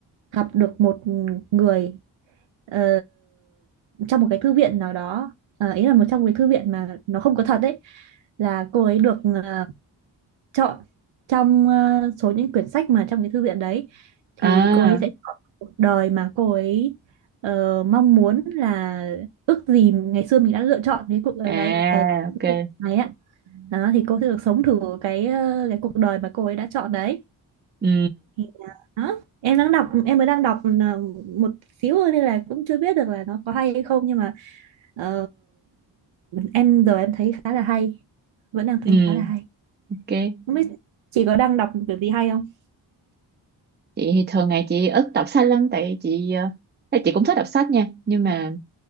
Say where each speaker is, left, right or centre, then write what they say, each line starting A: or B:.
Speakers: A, on the right (about 70°); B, on the right (about 20°).
A: gặp được một người ờ, trong một cái thư viện nào đó Ờ, ý là một trong cái thư viện mà nó không có thật ấy là cô ấy được ờ, chọn trong ờ, số những quyển sách mà trong cái thư viện đấy thì
B: À,
A: cô ấy sẽ chọn cuộc đời mà cô ấy ờ, mong muốn là ước gì ngày xưa mình đã lựa chọn cái cuộc đời
B: à,
A: này cái
B: ok.
A: này á đó, thì cô sẽ được sống thử cái ờ, cái cuộc đời mà cô ấy đã chọn đấy
B: Ừ,
A: thì đó em đang đọc em mới đang đọc ờ, một xíu thôi nên là cũng chưa biết được là nó có hay hay không nhưng mà ờ, em giờ em thấy khá là hay vẫn đang thấy
B: ừ,
A: khá là hay
B: ok.
A: không biết chị có đang đọc kiểu gì hay không
B: chị thì thường ngày chị ít đọc sách lắm tại chị ờ, tại chị cũng thích đọc sách nha nhưng mà